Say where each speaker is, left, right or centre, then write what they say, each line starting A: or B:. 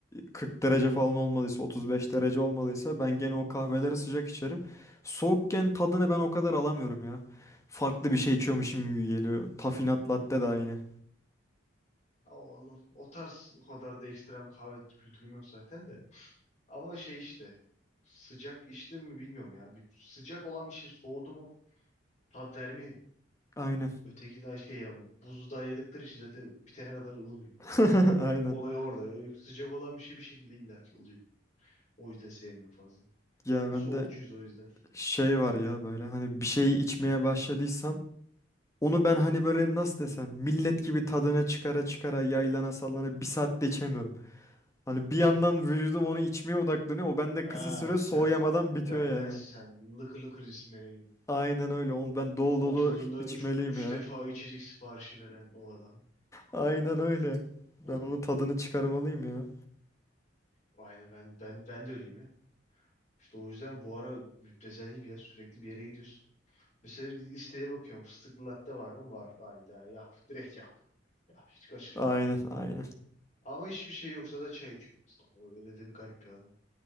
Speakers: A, on the left; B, on the left.
A: 40 derece falan olmalıysa 35 derece olmalıysa ben gene o kahveleri sıcak içerim. Soğukken tadını ben o kadar alamıyorum ya. Farklı bir şey içiyormuşum gibi geliyor. Tafinat latte de aynı.
B: Oğlum, o tarz o kadar da ekstrem kahve kültürüm yok zaten de. Ama şey işte sıcak içtim mi bilmiyorum ya. Bir, sıcak olan bir şey soğudu mu tat vermiyor.
A: Aynen.
B: Ötekinden şey yani buzu dayadıkları için zaten bitene kadar ılımıyor.
A: <laughs> Aynen.
B: Olay orada. Ö- Sıcak olan bir şey bir şekilde illaki ılıyor. O yüzden sevmiyorum fazla.
A: Ya
B: Soğukçuyuz
A: bende
B: o yüzden.
A: şey var ya böyle hani bir şey içmeye başladıysam onu ben hani böyle nasıl desem millet gibi tadına çıkara çıkara yaylana sallana bir saatte içemiyorum. Hani bir yandan vücudum onu içmeye odaklanıyor. O bende kısa
B: Aa
A: süre soğuyamadan
B: sen
A: bitiyor
B: benden
A: yani.
B: sen lıkır lıkır cismene gibi.
A: Aynen öyle. Onu ben dolu
B: Oturduğunda
A: dolu içmeliyim
B: üç, üç
A: ya.
B: defa içecek siparişi veren o adam.
A: Aynen öyle. Ben
B: Hıh,
A: onun tadını çıkarmalıyım ya.
B: Aynen ben ben ben de öyleyim ya. İşte o yüzden bu ara müptezel gibi ya sürekli bir yere gidiyoruz. Mesela listeye bakıyorum fıstıklı latte var mı? Var. Hayda yap direkt yap. Ya hiç kaçırma.
A: Aynen aynen.
B: Ama hiçbir şey yoksa da çay içiyorum mesela. O öyle de bir garip bir adam.